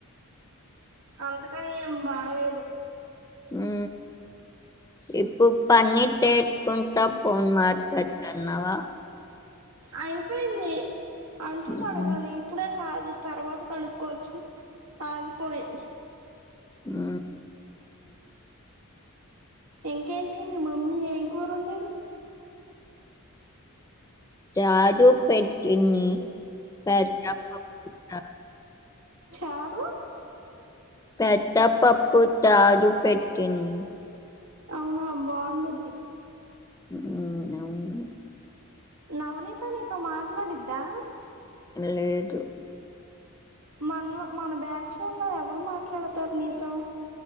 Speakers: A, on the right; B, on the left.
A: అంతగా ఏం బాగలేదు
B: హు ఇప్పు పనిచే కొంత ఫోన్ మార్తా కన్నావా
A: అయిపోయింది అంట్లు
B: ఉమ్,
A: కడగాలి ఇప్పుడే కాదు తర్వాత కడుక్కోవచ్చు ఆగిపోయా
B: హు
A: ఇంకేంటి మీ మమ్మీ ఏం కూర వండారు
B: చారు పెట్టింది పెద్ద అక్కా <unintelligible>
A: చారు
B: పెద్ద పప్పు తాడు పెట్టింది
A: అవునా బాగుండిద్ది
B: హు అవును
A: నవనీతా నీతో మాట్లాడిద్దా
B: లేదు
A: మన లో మన బ్యాచుల్లో ఎవరు మాట్లాడతారు నీతో